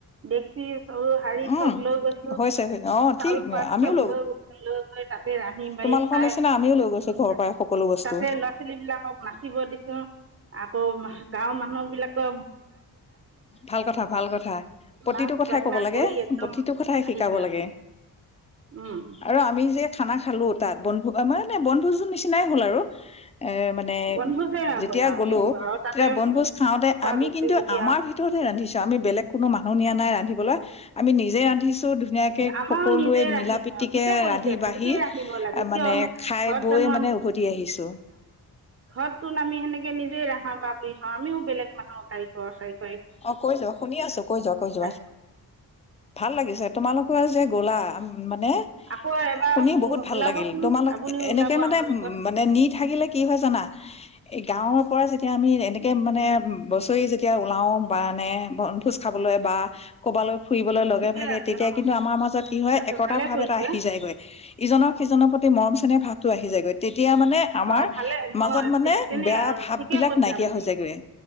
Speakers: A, on the right (about 35°); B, on the left (about 15°).
A: দেখ <unintelligible> চৰু হাৰী
B: উম।
A: চব লৈ গৈছো
B: হৈছে অ', ঠিক
A: চাউল পাত
B: আমিও
A: চব লৈ গৈছো লৈ গৈ তাতে ৰান্ধি
B: তোমালোকৰ
A: বাঢ়ি খাই
B: নিচিনা আমিও লৈ গৈছো ঘৰৰ পৰাই সকলো বস্তু
A: তাতে ল'ৰা -ছোৱালী বিলাকক নাচিব দিছো। আকৌ গাঁৱৰ মানুহবিলাকৰ
B: ভাল কথা ভাল কথা প্ৰতিটো
A: নাচ
B: কথাই
A: বাগনা
B: কব লাগে
A: কৰি একদম
B: প্ৰতিটো কথাই
A: আহিছে
B: শিকাব লাগে
A: আৰু উম
B: আৰু আমি যে খানা খালো তাত বনভোগ মানে বনভোজৰ নিচিনাই হ'ল আৰু এহ মানে
A: বনভোজে
B: যেতিয়া
A: হ'ল আৰু
B: গ'লো
A: সেইটো আৰু তাতে
B: তেতিয়া বনভোজ খাওঁতে
A: খোৱা
B: আমি
A: গৈছে
B: কিন্তু
A: যেতিয়া
B: আমাৰ ভিতৰতে ৰান্ধিছো আমি বেলেগ কোনো মানুহ নিয়া নাই ৰান্ধিব বলা আমি নিজে ৰান্ধিছো ধুনীয়াকে
A: আমাৰো
B: সকলোৱে
A: নিজে ৰান্ধি
B: মিলা প্ৰীতিকে
A: থওঁ ঠিকে কৰিছে
B: ৰান্ধি বাঢ়ি
A: নিজে ৰান্ধিব লাগে কিয়নো
B: মানে খাই
A: ঘৰত
B: বৈ
A: জানো
B: মানে উভতি আহিছো।
A: ঘৰত চোন আমি সেনেকে নিজে ৰাহা বা দি খাও বেলেগ মানুহৰ কাৰিকৰ চাৰি
B: অহ কৈ যোৱা শুনি আছো কৈ যোৱা কৈ যোৱা
A: খাইছোঁ
B: ভাল লাগিছে তোমালোকৰ যে গ'লা মানে
A: আকৌ এবাৰ
B: শুনি বহুত
A: ওলাবচোন
B: ভাল লাগিল তোমালোক
A: আপুনিও
B: এনেকে
A: ওলাব
B: মানে
A: আমাৰ
B: উ
A: লগত
B: মানে নি থাকিলে কি হয় জানা এই গাঁৱৰ পৰা যেতিয়া আমি এনেকে মানে বছৰি যেতিয়া ওলাও বানে বন ভোজ খাবলৈ বা কৰ'বালৈ ফুৰিবলৈ লগে
A: ঠিকে
B: ভাগে
A: আছে
B: তেতিয়া
A: অঁ
B: কিন্তু আমাৰ মাজত কি
A: ঠিক
B: হয়
A: আছে
B: একতা
A: ভালে
B: ভাৱ
A: কৰিছে
B: এটা আহি যায়গৈ ইজনৰ সিজনৰ প্ৰতি মৰম চেনেহ ভাৱোটো আহি যায় গৈ তেতিয়া মানে আমাৰ
A: অঁ ভালে
B: মাজত
A: অঁ
B: মানে
A: তেনেই
B: বেয়া
A: আৰু
B: ভাব
A: ঠিকে
B: বিলাক
A: কৈছে
B: নাইকিয়া
A: আপুনি
B: হৈ যায়গৈ।